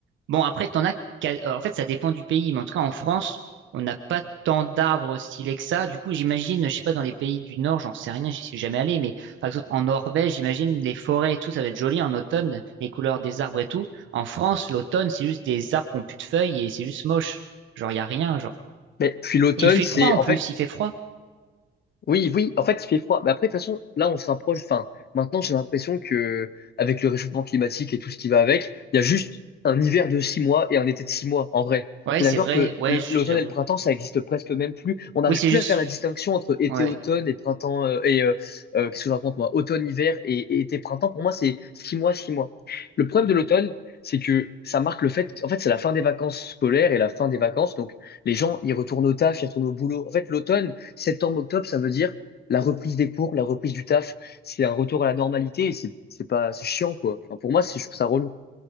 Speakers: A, on the right (about 75°); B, on the left (about 55°).
A: Bon, après, t'en as. qu'à- En fait, ça dépend du pays, mais en tout cas, en France, on n'a pas tant d'arbres stylés que ça. Du coup, j'imagine, je sais pas, dans les pays du Nord, j'en sais rien, j'y suis jamais allé, mais par exemple, en Norvège, j'imagine les forêts et tout, ça va être joli en automne, les couleurs des arbres et tout. En France, l'automne, c'est juste des arbres qui ont plus de feuilles et c'est juste moche. Genre, il y a rien, genre.
B: Mais puis l'automne,
A: Et il fait
B: c'est
A: froid en
B: en
A: plus,
B: fait
A: il fait froid.
B: Oui, oui, en fait, il fait froid. Mais après, de toute façon, là, on se rapproche. Enfin, maintenant, j'ai l'impression que, avec le réchauffement climatique et tout ce qui va avec, il y a juste un hiver de six mois et un été de six mois, en vrai.
A: Ouais,
B: T'es
A: c'est
B: d'accord
A: vrai,
B: que
A: ouais,
B: l-
A: j-
B: l'automne
A: j'avoue.
B: et le printemps, ça existe presque même plus. On n'arrive
A: Oui, c'est
B: plus
A: juste.
B: à faire la distinction entre été-automne
A: Ouais.
B: et printemps, euh, et, euh, euh, qu'est-ce que je raconte, moi? Automne-hiver et, et été-printemps. Pour moi, c'est six mois, six mois. Le problème de l'automne, c'est que ça marque le fait, en fait, c'est la fin des vacances scolaires et la fin des vacances. Donc, les gens, ils retournent au taf, ils retournent au boulot. En fait, l'automne, Septembre-octobre, ça veut dire la reprise des cours, la reprise du taf. C'est un retour à la normalité et c'est c'est pas, c'est chiant, quoi. Enfin, pour moi, c'est- je trouve ça relou.